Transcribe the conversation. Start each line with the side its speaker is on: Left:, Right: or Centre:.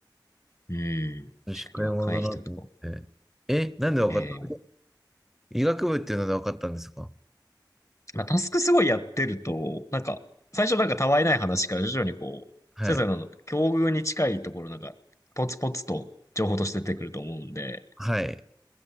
Left: うん。
Centre: 女子会もだなと思って。
Left: 確かに若い人とか。
Centre: え、なんで分かったんですか
Left: ええ
Centre: 医学部っていうので分かったんですか
Left: まあ、タスクすごいやってると、なんか、最初なんかたわいない話から徐々にこう、
Centre: はい。
Left: それぞれの境遇に近いところなんか、ポツポツと情報として出てくると思うんで、
Centre: はい。